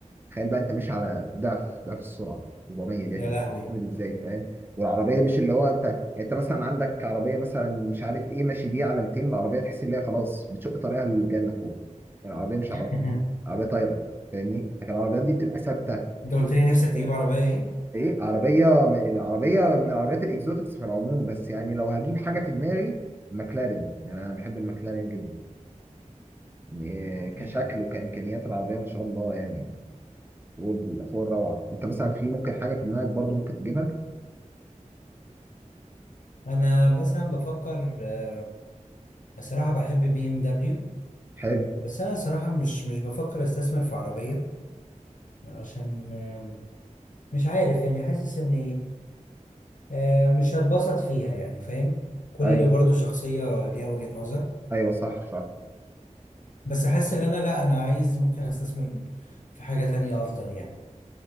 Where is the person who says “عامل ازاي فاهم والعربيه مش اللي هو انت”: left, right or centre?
Right